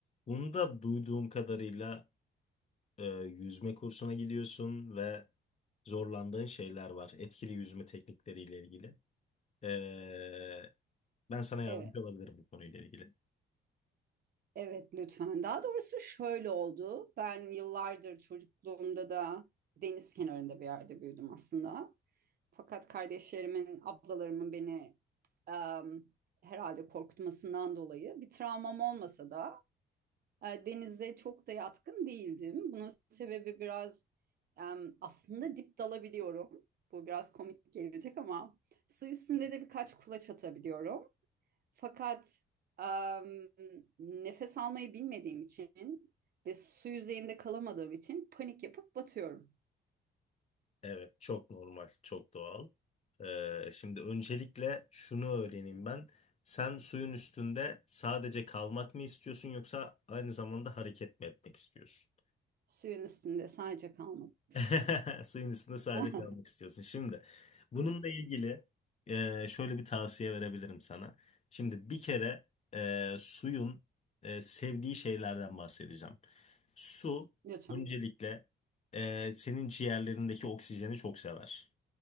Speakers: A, on the left (about 35°); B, on the right (about 50°).
A: Bunda duyduğum kadarıyla e, yüzme kursuna gidiyorsun ve zorlandığın şeyler var. Etkili yüzme teknikleriyle ilgili. E, ben sana yardımcı
B: Evet,
A: olabilirim bu konuyla ilgili.
B: evet lütfen. Daha doğrusu şöyle oldu. Ben yıllardır çocukluğumda da deniz kenarında bir yerde büyüdüm aslında. Fakat kardeşlerimin, ablalarımın beni em, herhalde korkutmasından dolayı bir travmam olmasa da e, denize çok da yatkın değildim. Bunun sebebi biraz em, aslında dip dalabiliyorum. Bu biraz komik gelecek ama su üstünde de birkaç kulaç atabiliyorum. Fakat em, nefes almayı bilmediğim için ve su yüzeyinde kalamadığım için panik yapıp batıyorum.
A: Evet, çok normal, çok doğal. E, şimdi öncelikle şunu öğreneyim ben. Sen suyun üstünde sadece kalmak mı istiyorsun yoksa aynı zamanda hareket mi etmek istiyorsun?
B: Suyun üstünde sadece kalmak istiyorum.
A: <laughs> Suyun üstünde sadece
B: <laughs>
A: kalmak istiyorsun. Şimdi bununla ilgili e, şöyle bir tavsiye verebilirim sana. Şimdi bir kere e, suyun e, sevdiği şeylerden bahsedeceğim. Su
B: Lütfen.
A: öncelikle e, senin ciğerlerindeki oksijeni çok sever.